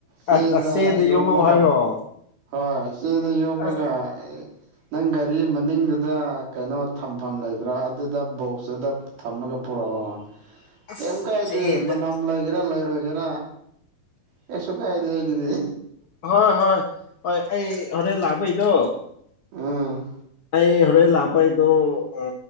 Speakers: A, on the right (about 85°); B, on the left (about 65°).
A: ꯆꯦꯗ
B: ꯑꯁ ꯑꯁ
A: ꯌꯣꯝꯃꯒ
B: ꯌꯣꯝꯃꯧ ꯍꯥꯏꯔꯣ
A: ꯍꯣꯏ ꯆꯦꯗ ꯌꯣꯝꯃꯒ
B: ꯑꯁ
A: ꯅꯪ ꯒꯥꯔꯤ ꯃꯅꯤꯡꯗꯨꯗ ꯀꯩꯅꯣ ꯊꯝꯐꯝ ꯂꯩꯗ꯭ꯔꯥ ꯑꯗꯨꯗ ꯕꯣꯛꯁꯇꯨꯗ ꯇꯃꯒ ꯄꯨꯔꯛꯑꯣ
B: ꯑꯁ
A: ꯀꯩꯝ ꯀꯥꯏꯗꯦ
B: ꯆꯦꯗ
A: ꯃꯅꯝ ꯂꯩꯒꯦꯔꯥ ꯂꯩꯔꯣꯏꯒꯦꯔꯥ ꯀꯩꯁꯨ ꯀꯥꯏꯗꯦ ꯑꯩꯒꯤꯗꯤ
B: ꯍꯣꯏ ꯍꯣꯏ ꯍꯣꯏ ꯑꯩ ꯍꯣꯔꯦꯟ ꯂꯥꯛꯕꯩꯗꯣ
A: ꯎꯝ
B: ꯑꯩ ꯍꯣꯔꯦꯟ ꯂꯥꯛꯄꯩꯗꯣ ꯑ ꯑ